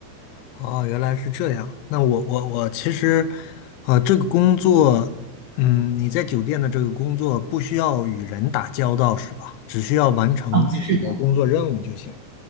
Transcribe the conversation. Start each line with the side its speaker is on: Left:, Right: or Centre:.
Left: 哦，原来是这样。那我我我其实，啊、这个工作，嗯，你在酒店的这个工作不需要与人打交道，是吧？只需要完成自己的工作任务就行了。
Right: 嗯，是的，